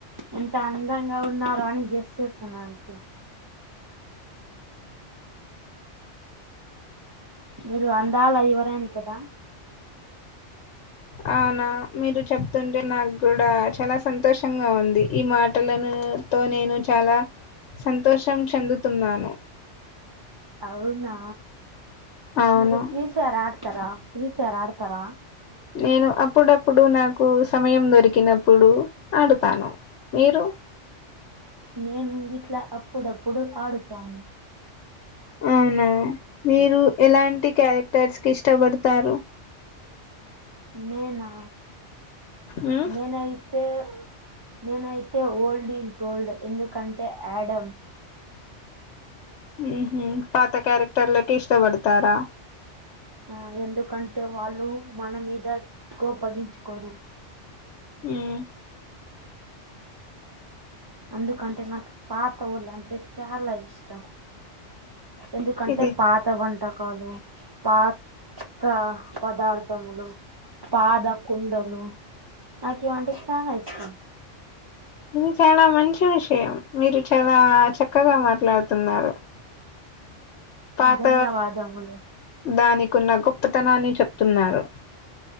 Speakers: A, on the right; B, on the left.
A: ఎంత అందంగా ఉన్నారు అని గెస్ చేస్తున్న అంతే మీరు అందాల యువరాణి కదా
B: అనా మీరు చెప్తుంటే నాకు కూడా చాలా సంతోషంగా ఉంది ఈ మాటలను తో నేను చాలా సంతోషం చెందుతున్నాను
A: అవునా
B: అవును
A: మీరు ఫ్రీ సరా తర ఫ్రీఫైర్ ఆడతారా
B: నేను అప్పుడప్పుడు నాకు సమయం దొరికినప్పుడు ఆడతాను మీరు
A: నేను ఇ ట్లా అప్పుడప్పుడు ఆడుతాను
B: అవునా మీరు ఎలాంటి క్యారెక్టర్స్ కి ఇష్టపడతారు
A: నేనా
B: మ్మ్
A: నేనైతే నేనైతే ఓల్డ్ ఈజ్ గోల్డ్ ఎందుకంటే యాడమ్
B: ఉంహు పాత క్యారెక్టర్లకే ఇష్టపడతారా
A: ఆ ఎందుకంటే వాళ్ళు మన మీద కోప్పగించుకోరు
B: ఊమ్
A: అందుకంటే నాకు పాత వాళ్ళంటే అంటే చాలా ఇష్టం ఎందుకంటే
B: ఇది
A: పాత వంటకాలు పాత్ ఆ పదార్థములు పాద కుండలు నాకివి అంటే చాలా ఇష్టం
B: ఇది చాలా మంచి విషయం మీరు చాలా చక్కగా మాట్లాడుతున్నారు పాత
A: ధన్యవాదములు
B: దానికి కున్న గొప్పతనాన్ని చెప్తున్నారు